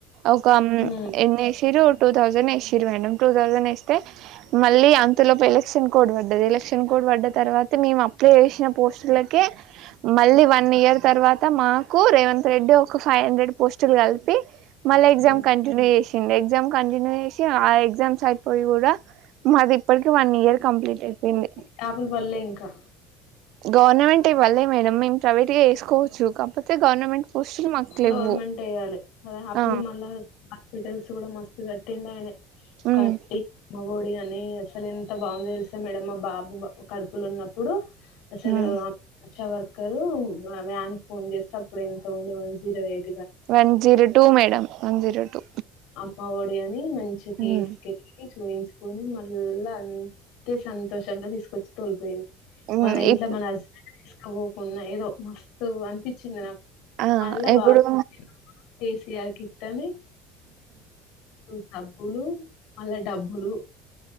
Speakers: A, on the right; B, on the left.
A: ఒక
B: ఉమ్
A: ఎన్ని వేసిరు టూ తౌసండే వేసిరు మేడం టూ థౌసండ్ వేస్తే మళ్ళీ అంతలోపు ఎలక్షన్ కోడ్ పడ్డది ఎన్ క్షన్ కోడ్ పడ్డ తర్వాత మేము అప్లై చేసిన పోస్టులక మళ్ళీ వన్ ఇయర్ తర్వాత మాకు రేవంత్ రెడ్డి ఒక ఫైవ్ హండ్రెడ్ పోస్ట్లు కలిపి మల్ల ఎగ్జామ్
B: ఉమ్.
A: కంటిన్యూ చే ఎగ్జామ్ కంటిన్యూ చేసి ఆ ఎగ్జామ్స్ అయిపోయి కూడా మది ఇప్పటికకి వన్ ఇయర్ కంప్లీట్ అయిపోయింది
B: జాబులు పడలే ఇంకా
A: గవర్నమెంట్ ఇవ్వలే మేడం మేము ప్రైవేట్ గా వేసుకోవచ్చు కాకపోతే గవర్నమెంట్ పోస్టులు మాకు లేవ్వు
B: గవర్నమెంట్ వేయ్యాలే అప్పుడు
A: ఆ
B: మళ్ళా హాస్పిటల్స్ కూడా మస్తు ఇదటింద అనే
A: ఉమ్
B: కటి మోడి అ కాని అసలు ఎంత బాగుందో తెలుసా మేడం మా బాబు కడుపులు ఉన్నప్పుడు అసలు
A: ఉమ్
B: వ రు మ్యానికి ఫోన్ చేస్తే అప్పుడు ఎంత ఉండ మంచి zero white
A: one zero two madam one zero two
B: Amma Odi మంచి తీసుకెళ్
A: ఉమ్
B: చూయించుకొని మళ్ళా అంతే సంతోషంగా తీసుకొచ్చి తోలుకు పోయేది
A: ఉమ్
B: మన ఇంట్లో
A: ఇప్పు
B: మన అస్బండ్ బోకున్నా ఏదో మస్తు అనిపించింది నాకు
A: ఆ
B: వల్ల
A: ఇప్పుడు
B: కాదు కేసి యా కిట్టని ఔ సబ్బులు మళ్ళా డబ్బులు